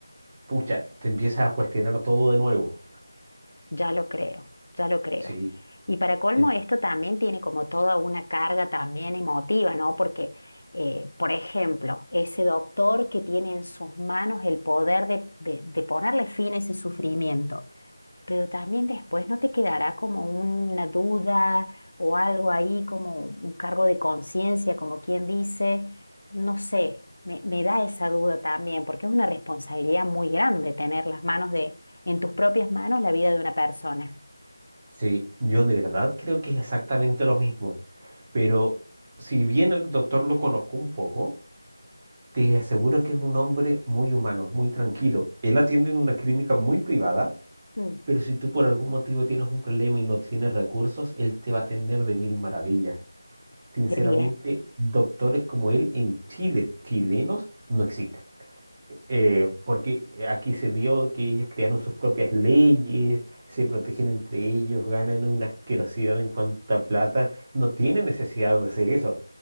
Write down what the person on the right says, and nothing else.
pucha, te empiezas a cuestionar todo de nuevo.
Sí,
en-
sí, yo de verdad creo que es exactamente lo mismo. Pero si bien el doctor lo conozco un poco, Te aseguro que es un hombre muy humano, muy tranquilo. Él atiende en una clínica muy privada,
pero si tú por algún motivo tienes un problema y no tienes recursos, él te va a atender de mil maravillas. Sinceramente,
doctores como él en Chile, chilenos, no existen eh, porque aquí se dio que ellos crearon sus propias leyes, se protegen entre ellos, ganan una asquerosidad en cuanto a plata, no tienen necesidad de hacer eso.